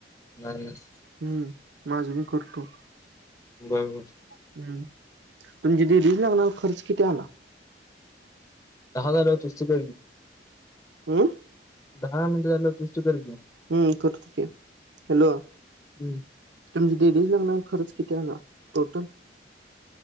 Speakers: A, on the left (about 20°); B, on the right (about 75°).
A: बर
B: हम्म माझ मी करतो
A: बरोबर
B: हम्म तुमची दिलीच लागणार खर्च किती आला
A: दहा हजार पुस्तक
B: हम
A: दहा मिनिट झालं तुष्ट कर घ
B: हम्म कट हॅलो
A: हम्म
B: तुमची ददीच लग्णार खरंच किती आहे ना टोटल